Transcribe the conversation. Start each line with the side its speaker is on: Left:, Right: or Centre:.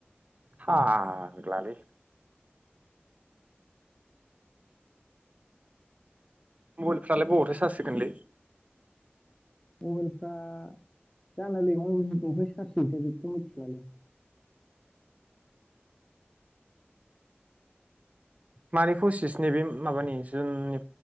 Right: फाग्लालै। Mobile फ्रालाय बबावथो charge होगोनलै।
Left: मबाइलफ्रा जानोलै मबाइलफोरखौ अबेहाय चार्ज होथाय बेखौथ मिथियालै।
Right: मानि कसिस नैबे माबानि जोंनि।